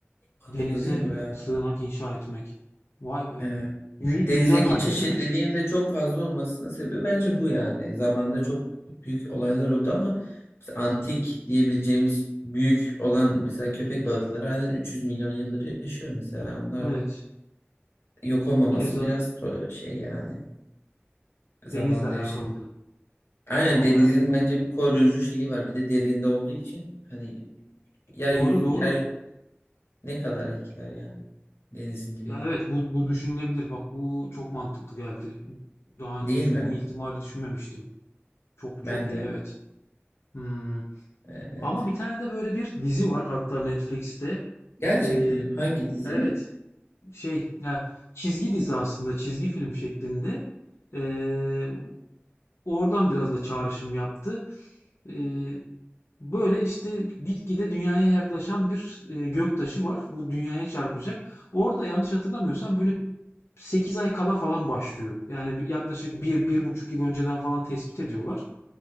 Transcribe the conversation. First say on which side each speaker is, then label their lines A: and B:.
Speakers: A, on the left; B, on the left.
A: mantıklı
B: Denize
A: değil mi? ya?
B: sığınak inşa etmek. Vay be.
A: Ee,
B: Yü-
A: denizdeki
B: yüzer halde
A: çeşitliliğin
B: değil mi?
A: de çok fazla olmasının sebebi bence bu yani. Zamanda çok büyük olaylar oldu ama mesela antik diyebileceğimiz büyük olan mesela köpek balıkları halen 300 milyon yıldır yaşıyor mesela. Onlar
B: Evet.
A: yok olmaması
B: Keza
A: biraz to- şey yani zamanda
B: denizle alakalıydı.
A: yaşanıyor. Aynen
B: Va-
A: denizin
B: evet.
A: bence bir koruyucu şeyi var. Bir de derinde olduğu için hani yeryüzü,
B: Doğru doğru.
A: yeryüzü ne kadar etkiler yani denizin dibi.
B: Ya evet bu bu düşünülebilir. Bak bu çok mantıklı geldi. Daha
A: Değil
B: önce hiç
A: mi?
B: bu ihtimali düşünmemiştim. Çok
A: Ben
B: çok iyi
A: de.
B: evet. Hmm.
A: e, Evet.
B: Ama bir tane de böyle bir dizi var hatta Netflix'te.
A: Gerçekten
B: Ee,
A: hangi dizi?
B: Evet, şey, ya çizgi dizi aslında çizgi film şeklinde. Ee, oradan biraz da çağrışım yaptı. Ee, böyle işte gitgide dünyaya yaklaşan bir e, göktaşı var. Bu dünyaya çarpacak. Orada yanlış hatırlamıyorsam böyle 8 ay kala falan başlıyor. Yani bir- yaklaşık 1-1,5 yıl önceden falan tespit ediyorlar.